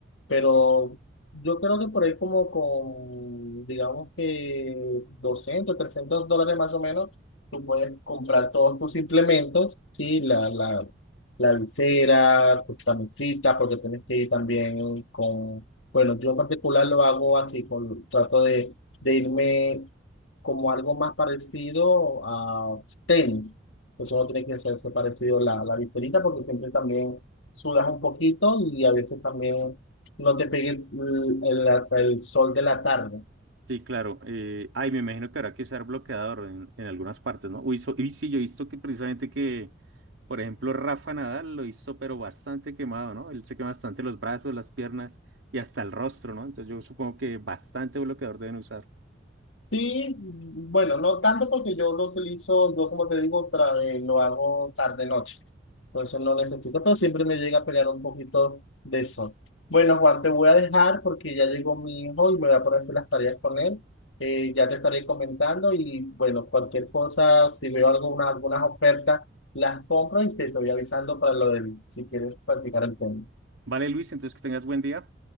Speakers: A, on the left (about 85°); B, on the right (about 80°).
A: Pero yo creo que por ahí como con, digamos que 200 300 dólares más o menos, tú puedes comprar todos tus implementos, ¿sí? La, la, la visera, tus camisetas, porque tienes que ir también con bueno, yo en particular lo hago así, con, trato de, de irme como algo más parecido a tenis. Pues uno tiene que hacerse parecido la, la viserita porque siempre también sudas un poquito y a veces también no te pegue el, el, el sol de la tarde.
B: Sí, claro, eh, ay, me imagino que habrá que usar bloqueador en, en algunas partes, ¿no? Uy, so- y sí, yo he visto que precisamente que, por ejemplo, Rafa Nadal lo hizo, pero bastante quemado, ¿no? Él se quema bastante los brazos, las piernas y hasta el rostro, ¿no? Entonces yo supongo que bastante bloqueador deben usar.
A: Sí, bueno, no tanto porque yo lo utilizo, yo como te digo, tra- eh, lo hago tarde-noche. Entonces no necesito, pero siempre me llega a pelear un poquito de eso. Bueno, Juan, te voy a dejar porque ya llegó mi hijo y me voy a poner a hacer las tareas con él. Eh, ya te estaré comentando y bueno, cualquier cosa, si veo alguna, algunas ofertas, las compro y te estoy avisando para lo del, si quieres practicar el tema.
B: Vale, Luis, entonces que tengas buen día.